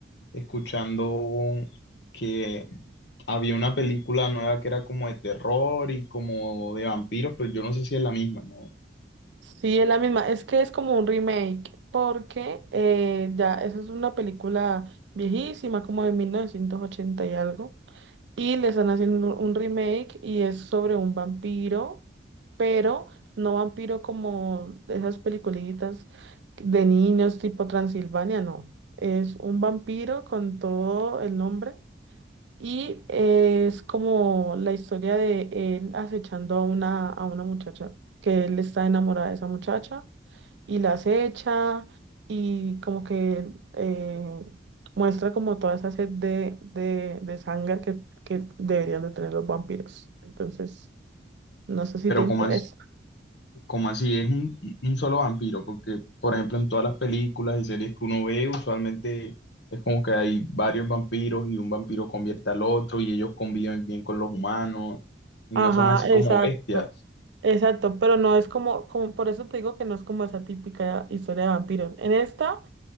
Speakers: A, on the left; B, on the right.
A: escuchando que había una película nueva que era como de terror y como de vampiros, pero yo no sé si es la misma, ¿no?
B: Sí, es la misma. Es que es como un remake, porque eh, ya esa es una película viejísima, como de 1980 y algo. Y le están haciendo un remake y es sobre un vampiro, pero no vampiro como esas peliculitas de niños tipo Transilvania, no. Es un vampiro con todo el nombre y eh, es como la historia de él acechando a una, a una muchacha, que él está enamorado de esa muchacha y la acecha y como que eh, muestra como toda esa sed de, de, de sangre que, que deberían de tener los vampiros. Entonces, no sé si
A: Pero
B: te interesa.
A: como como así, es un, un solo vampiro, porque por ejemplo en todas las películas y series que uno ve, usualmente es como que hay varios vampiros y un vampiro convierte al otro y ellos conviven bien con los humanos y
B: Ajá,
A: no son así
B: exacto.
A: como bestias.
B: Exacto, pero no es como, como, por eso te digo que no es como esa típica historia de vampiros. En esta...